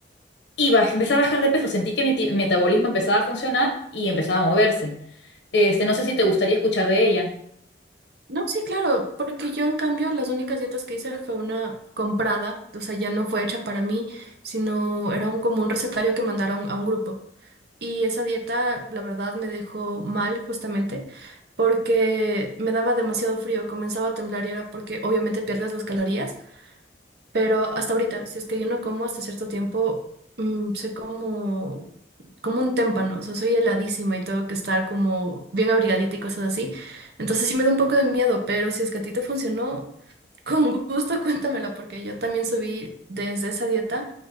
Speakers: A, on the left (about 70°); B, on the right (about 65°).
A: y baj- empecé a bajar de peso, sentí que mi ti- metabolismo empezaba a funcionar y empezaba a moverse. Este, no sé si te gustaría escuchar de ella.
B: No, sí, claro, porque yo en cambio las únicas dietas que hice fue una comprada, o sea, ya no fue hecha para mí, sino era un, como un recetario que mandaron a un grupo. Y esa dieta, la verdad, me dejó mal justamente porque me daba demasiado frío, comenzaba a temblar y era porque obviamente pierdes las calorías Pero hasta ahorita, si es que yo no como hasta cierto tiempo, mm, soy como, como un témpano, o sea, soy heladísima y tengo que estar como bien abrigadita y cosas así. Entonces sí me da un poco de miedo, pero si es que a ti te funcionó, con gusto <laughs> cuéntamelo, porque yo también subí desde esa dieta,